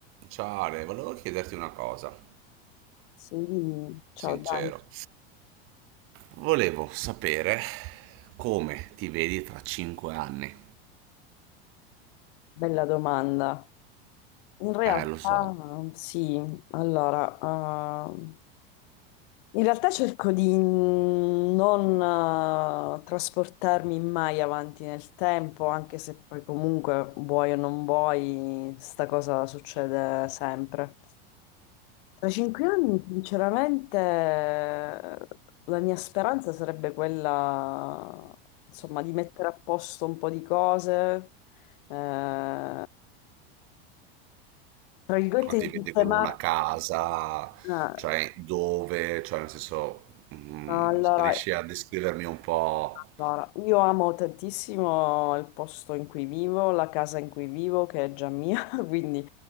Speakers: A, on the right; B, on the left.
A: Ciao Ale, volevo chiederti una cosa,
B: Sì, ciao
A: sincero.
B: Dani,
A: Volevo sapere come ti vedi tra cinque anni.
B: bella domanda. In realtà
A: Eh, lo so,
B: sì, allora, eh, in realtà cerco di non eh, trasportarmi mai avanti nel tempo, anche se poi comunque vuoi o non vuoi, sta cosa succede sempre. Tra cinque anni, sinceramente, la mia speranza sarebbe quella, insomma, di mettere a posto un po' di cose, eh, tra virgolette,
A: ma ti
B: di
A: vedi
B: sistemare.
A: con una casa,
B: eh,
A: cioè dove, cioè nel senso, mm,
B: Allora,
A: riesci a descrivermi un po'?
B: allora, io amo tantissimo il posto in cui vivo, la casa in cui vivo, che è già mia, <laughs> quindi